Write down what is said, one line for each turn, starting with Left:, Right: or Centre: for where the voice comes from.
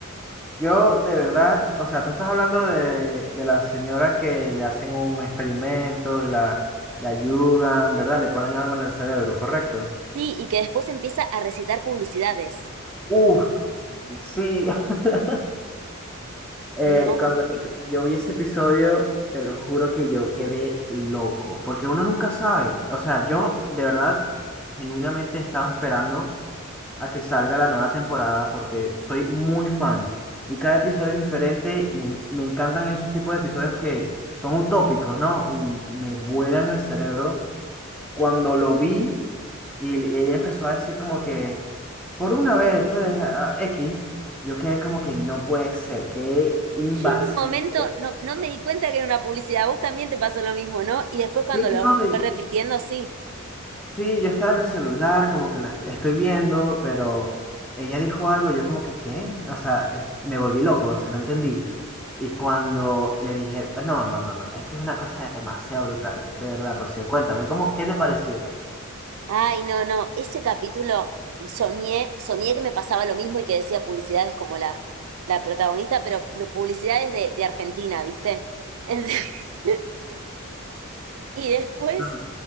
Centre: Yo, de verdad, o sea, tú estás hablando de, de la señora que le hacen un experimento y la, la ayudan, ¿verdad? Le ponen algo en el cerebro, ¿correcto?
Right: Sí, y que después empieza a recitar publicidades.
Centre: Uf, sí. <laughs> Eh,
Right: No,
Centre: cuando yo yo vi ese episodio, te lo juro que yo quedé loco, porque uno nunca sabe. O sea, yo de verdad, genuinamente estaba esperando a que salga la nueva temporada porque soy muy fan y cada episodio es diferente y me encantan esos tipos de episodios que son utópicos, ¿no? Y me vuelan el cerebro. Cuando lo vi y ella empezó a decir como que, por una vez, pues, ah, X. Yo quedé como que no puede ser, qué invasivo
Right: yo en un momento no, no me di cuenta que era una publicidad, a vos también te pasó lo mismo, ¿no? Y después cuando
Centre: Sí,
Right: lo
Centre: no, y-
Right: fue repitiendo, sí.
Centre: sí, yo estaba en el celular, como que la est- estoy viendo, pero ella dijo algo, yo como que, ¿qué? O sea, es- me volví loco, o sea, no entendí. Y cuando le dije, no, no, no, no, es que es una cosa demasiado brutal, de verdad, Rocío, cuéntame, ¿cómo, qué te pareció?
Right: Ay, no, no, ese capítulo soñé, soñé que me pasaba lo mismo y que decía publicidades como la, la protagonista, pero pu- publicidades de, de Argentina, ¿viste? <laughs> Y después,
Centre: Ujú.